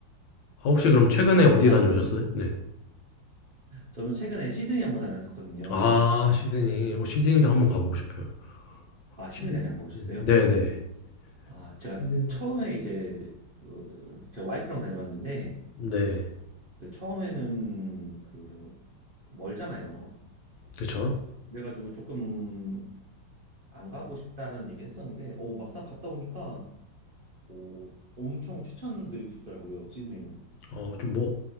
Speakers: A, on the left; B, on the right.
A: 아, 혹시 그럼 최근에
B: 호키나발루.
A: 어디 다녀오셨어요? 네.
B: 저는 최근에 시드니 한번 다녔었거든요.
A: 아, 시드니. 어, 시드니도 한번 가보고 싶어요.
B: 아,
A: 시드니?
B: 시드니 아직 안 가보셨어요?
A: 네. 네네.
B: 아, 제가
A: 시드니.
B: 처음에 이제 어, 제가 와이프랑 다녀왔는데
A: 네.
B: 그 처음에는 그 멀잖아요.
A: 그쵸?
B: 그래가지고 조금 안 가고 싶다라는 얘기를 했었는데, 오, 막상 갔다 오니까, 오, 엄청 추천드리고 싶더라고요, 시드니는.
A: 어, 좀 뭐,